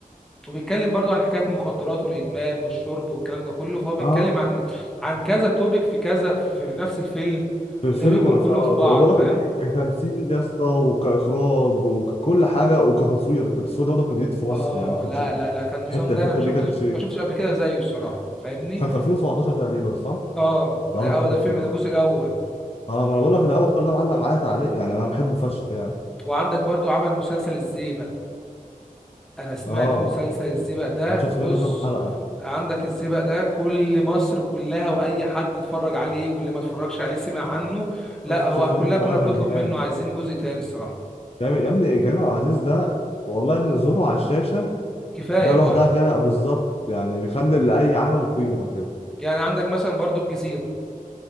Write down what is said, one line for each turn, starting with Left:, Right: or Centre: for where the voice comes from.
Centre: وبيتكلم برضو عن حكاية المخدرات والإدمان والشرب والكلام ده كله فهو بيتكلم
Left: اه
Centre: عن عن كذا توبيك في كذا في نفس الفيلم
Left: في
Centre: ودمجهم
Left: الفيلم
Centre: كلهم
Left: في اه
Centre: في بعض
Left: بقول لك
Centre: فاهم
Left: ك- كتمثيل يا اسطى وكاخراج وكل حاجه وكتصوير التصوير ده برضه كان جديد في مصر
Centre: اه
Left: يعني ما كانش
Centre: لا لا لا كان النظام
Left: الحته
Centre: ده
Left: الحته
Centre: انا ما شفتش
Left: دي كانت
Centre: ما شفتش قبل كده زيه الصراحة فاهمني
Left: كان في 2017 تقريبا صح؟
Centre: اه
Left: لو
Centre: ده
Left: انا
Centre: اول
Left: فاكر
Centre: ده الفيلم
Left: صح
Centre: ده الجزء الاول
Left: اه ما انا بقول لك ده اول ده معلق معايا تعليق يعني انا بحبه فشخ يعني
Centre: وعندك برضو عمل مسلسل الزيبق انا سمعت
Left: اه
Centre: مسلسل الزيبق ده
Left: انا شفت
Centre: بص
Left: منه كام حلقه
Centre: عندك الزيبق ده كل مصر كلها واي حد اتفرج عليه واللي ما اتفرجش عليه سمع عنه لا
Left: شفت
Centre: هو
Left: شفت
Centre: كلنا
Left: منه كام
Centre: كنا
Left: حلقه
Centre: بنطلب
Left: كان جامد
Centre: منه عايزين جزء تاني الصراحة
Left: جامد يا ابني كريم عبد العزيز ده والله يا ابني ظهوره على الشاشه
Centre: كفايه
Left: ده
Centre: لوحده
Left: لوحدها كده بالظبط يعني بيخلي لاي عمل قيمه كده
Centre: يعني عندك مثلا برضو الجزيره